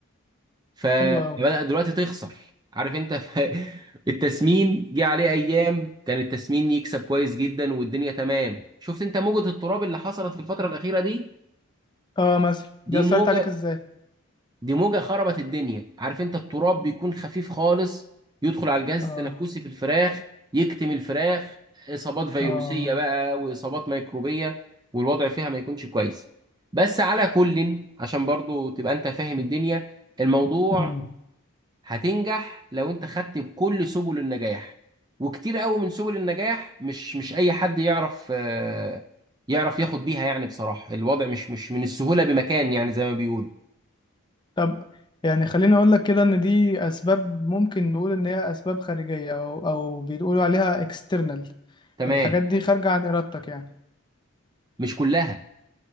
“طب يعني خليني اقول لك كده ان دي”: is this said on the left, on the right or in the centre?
Left